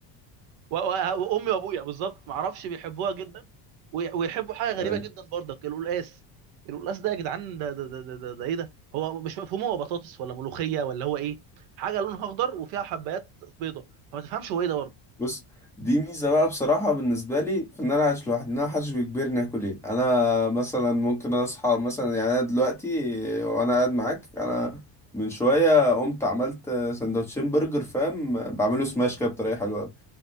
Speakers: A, on the right; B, in the centre.
A: و- و- وامي وابويا بالظبط ما اعرفش بيحبوها جدا وي- ويحبوا حاجه
B: <laughs>
A: غريبه جدا برضك القلقاس القلقاس ده يا جدعان ده ده ده ده, ده, ده ايه ده هو مش مفهوم هو بطاطس ولا ملوخيه ولا هو ايه حاجه لونها اخضر وفيها حبات بيضه فما تفهمش هو ايه ده برضه
B: بص دي ميزة بقى بصراحة بالنسبة لي في إن أنا عايش لوحدي إن أنا محدش بيجبرني آكل إيه أنا مثلا ممكن أصحى مثلا يعني أنا دلوقتي وأنا قاعد معاك أنا من شوية قمت عملت سندوتشين برجر فاهم بعمله سماش كده بطريقة حلوة أوي.